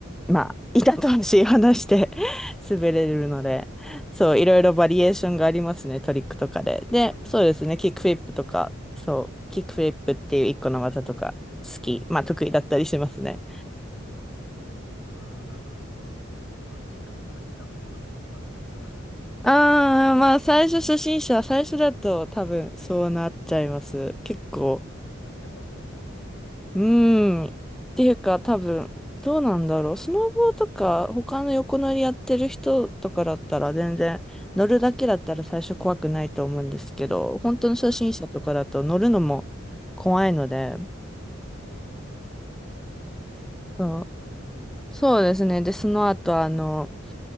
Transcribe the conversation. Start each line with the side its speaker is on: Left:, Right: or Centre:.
Centre: まあ、板と足を離して <laughs> 滑れるので、そう、いろいろバリエーションがありますね、トリックとかで。で、
Left: バリエーションあり
Centre: そうですね、キックフリップとか、
Left: ますよね。うん。
Centre: そう、キックフリップっていう一個の技とか、好き、まあ、得意だったりしますね。
Left: ああ、なんか、うん私やったら板の変なとこに立っちゃいそうな。
Centre: ああ、まあ最初初心者、最初だと多分そうなっちゃいます。結構。
Left: <laughs> あ、やっぱそうなっちゃいます
Centre: うーん。っていうか多分、どうなんだろう。スノボーとか他の横乗りやってる人とかだったら全然乗るだけだったら最初怖くないと思うんですけど、本当の初心者とかだと乗るのも怖いので、
Left: はいはいはい。ああ、そういうところがあるんですね。
Centre: うん、そうですね。で、その後あの、